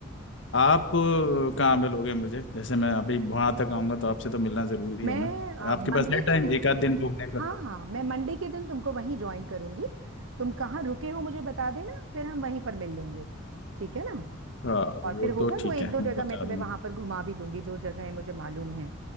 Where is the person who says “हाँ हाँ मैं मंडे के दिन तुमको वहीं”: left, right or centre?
Right